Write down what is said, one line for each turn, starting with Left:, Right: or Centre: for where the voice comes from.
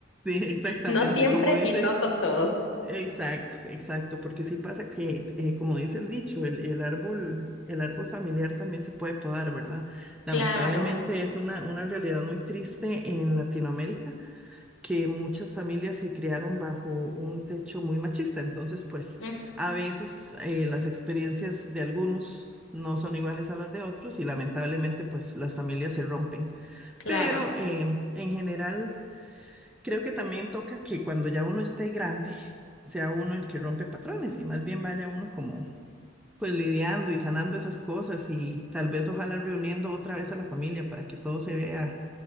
Centre: sí, exactamente.
Left: No siempre
Centre: Como dice.
Left: y no con todos.
Centre: Exacto, exacto, porque sí pasa que, eh, como dice el dicho, el, el árbol, el árbol familiar también se puede podar, ¿verdad?
Left: Claro,
Centre: Lamentablemente es una, una realidad muy triste en Latinoamérica, que muchas familias se criaron bajo un techo muy machista, entonces pues
Left: mm,
Centre: a veces eh, las experiencias de algunos no son iguales a las de otros y lamentablemente pues las familias se rompen,
Left: claro.
Centre: pero eh, en general... Creo que también toca que cuando ya uno esté grande, sea uno el que rompe patrones y más bien vaya uno como pues lidiando y sanando esas cosas y tal vez ojalá reuniendo otra vez a la familia para que todo se vea,